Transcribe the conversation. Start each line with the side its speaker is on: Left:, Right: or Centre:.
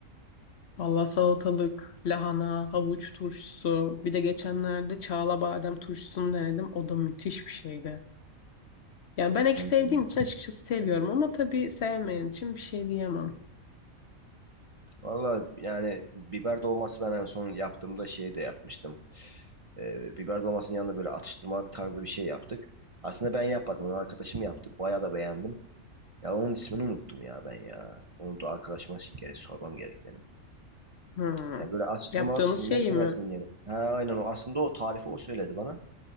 Left: valla salatalık, lahana, havuç turşusu. Bir de geçenlerde çağla badem turşusunu denedim. O da müthiş bir şeydi. Yani ben ekşi
Right: Hmm.
Left: sevdiğim için açıkçası seviyorum ama tabii sevmeyen için bir şey diyemem.
Right: Valla yani biber dolması ben en son yaptığımda şey de yapmıştım. Ee, biber dolmasının yanında böyle atıştırmalık tarzı bir şey yaptık. Aslında ben yapmadım. onu Arkadaşım yaptı. Bayağı da beğendim. Ya onun ismini unuttum ya ben ya. Onu da arkadaşıma gerek, sormam gerek benim.
Left: Hmm.
Right: Ya böyle atıştırmalık
Left: Yaptığınız
Right: atıştırmalıksın
Left: şey
Right: ne
Left: mi?
Right: seversin diye. Ha aynen o aslında o tarifi o söyledi bana.